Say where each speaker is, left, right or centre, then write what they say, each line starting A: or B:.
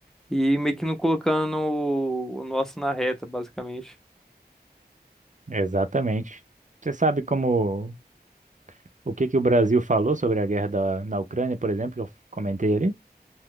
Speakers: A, in the centre; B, on the right (about 45°).
A: e meio que não colocando o nosso na reta, basicamente.
B: Exatamente. Você sabe como o que que o Brasil falou sobre a guerra da, na Ucrânia, por exemplo, que eu comentei ali?